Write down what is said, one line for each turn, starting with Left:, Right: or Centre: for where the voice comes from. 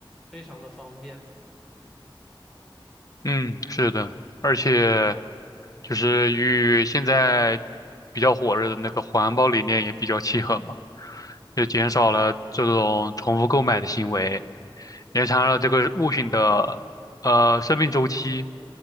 Centre: 非常的方便。
Left: 嗯，是的，而且就是与现在比较火热的那个环保理念也比较契合嘛。就减少了这种重复购买的行为，延长了这个物品的呃生命周期，